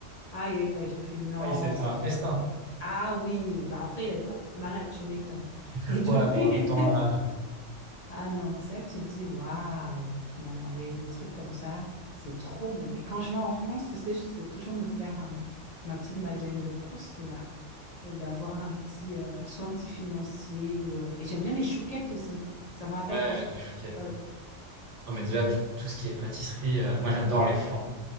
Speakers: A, on the left; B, on the right.
A: Aïe, aïe, aïe, j'ai fait, non,
B: Ah, il s'est fait
A: c'est
B: un festin.
A: pas bon. Ah oui, bah après, il a été malade, tu m'étonnes.
B: <laughs>
A: Et depuis,
B: Ouais, bon, en même temps,
A: <laughs>
B: là.
A: Ah non, c'est là que tu te dis, waouh, non, non, il y a des trucs comme ça, c'est trop bon. Et quand je vais en France, tu sais, je sais toujours me faire euh, ma petite Madeleine de Proust, là, et d'avoir un petit, euh, soit un petit financier, ou, euh, et j'aime bien les chouquettes aussi. Ça me rappelle
B: Ouais,
A: quand je sortais
B: les chouquettes.
A: de l'école.
B: Non, mais déjà, tout, tout ce qui est pâtisserie, euh, moi, j'adore les flancs.